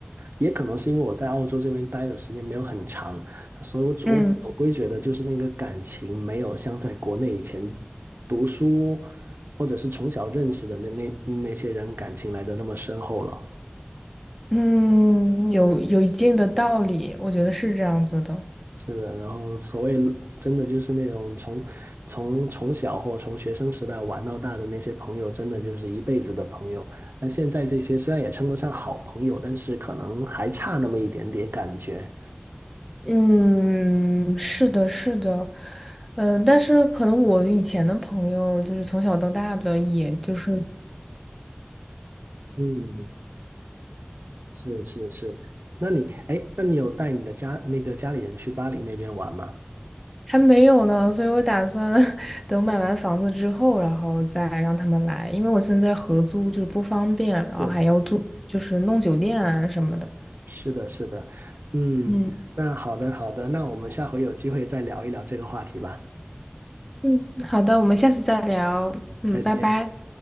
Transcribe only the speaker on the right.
也可能是因为我在澳洲这边待的时间没有很长，所以我我总归觉得就是那个感情没有像在国内以前
读书或者是从小认识的那那那些人感情来的那么深厚了。
是的，然后所谓真的就是那种从从从小或从学生时代玩到大的那些朋友，真的就是一辈子的朋友。那现在这些虽然也称得上好朋友，但是可能还差那么一点点感觉。
嗯，是是是。那你哎，那你有带你的家那个家里人去巴黎那边玩吗？
是
是的是的，嗯，
那好的好的，那我们下回有机会再聊一聊这个话题吧。
再见。